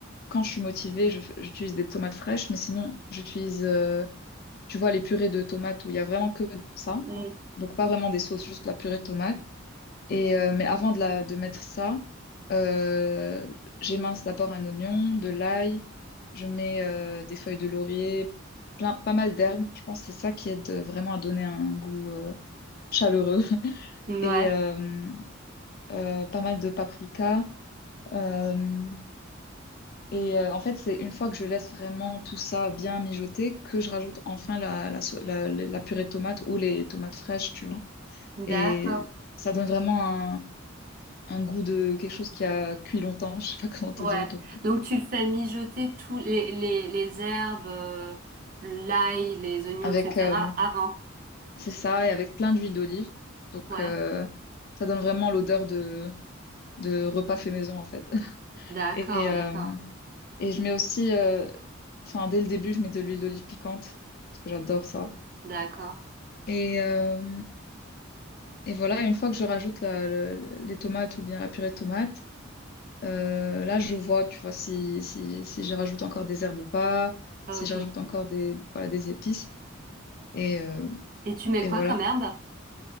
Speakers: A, on the left (about 45°); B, on the right (about 40°).
A: quand je suis motivée, je f- j'utilise des tomates fraîches, mais sinon, j'utilise, euh, tu vois, les purées de tomates où il y a vraiment que ça.
B: Mm.
A: Donc pas vraiment des sauces, juste la purée de tomates. Et, euh, mais avant de, la, de mettre ça, euh, j'émince d'abord un oignon, de l'ail, je mets euh, des feuilles de laurier, plein, pas mal d'herbes. Je pense que c'est ça qui aide vraiment à donner un goût euh, chaleureux. <laughs>
B: Ouais,
A: Et euh, euh, pas mal de paprika. euh, et euh, en fait, c'est une fois que je laisse vraiment tout ça bien mijoter que je rajoute enfin la, la, so- la- la purée de tomates ou les tomates fraîches, tu vois.
B: d'accord.
A: Et ça donne vraiment un goût de quelque chose qui a cuit longtemps, <laughs> je sais pas comment te
B: Ouais.
A: dire. Donc,
B: Donc, tu fais mijoter tous les, les, les herbes, euh, l'ail, les oignons,
A: avec,
B: etc.
A: euh,
B: avant.
A: c'est ça, et avec plein d'huile d'olive. Donc,
B: Ouais.
A: euh, ça donne vraiment l'odeur de, de repas fait maison, en fait. <laughs>
B: D'accord,
A: Et, euh,
B: d'accord,
A: et je mets aussi, euh, enfin, dès le début, je mets de l'huile d'olive piquante, parce que j'adore ça.
B: d'accord.
A: Et, euh, et voilà, une fois que je rajoute la- le- le- les tomates ou bien la purée de tomates, euh, là, je vois, tu vois, si, si, si je rajoute encore des herbes ou pas,
B: Ok.
A: si je rajoute encore des, voilà, des épices. Et, euh,
B: Et tu mets
A: Et
B: quoi
A: voilà.
B: comme herbe?